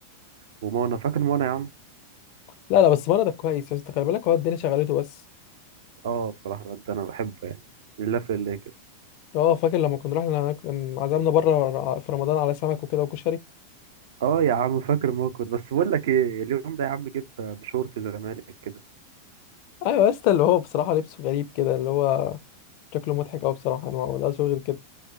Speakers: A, on the right; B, on the left.
A: ومانا فاكر مانا يا عم
B: لا لا بس مرضك كويس بس انت خلي بالك هو الدنيا شغلته بس
A: اه بصراحة الواد ده انا بحبه يعني لله في الله كده
B: اه فاكر لما كنا رحنا كان عزمنا بره في رمضان على سمك وكده وكشري
A: اه يا عم فاكر ما كنت بس بقول لك ايه اليوم ده يا عم جيب بشورت زمالك كده
B: ايوه يا اسطى اللي هو بصراحه لبسه غريب كده اللي هو شكله مضحك أوي بصراحة أنا ما بقدرش غير كده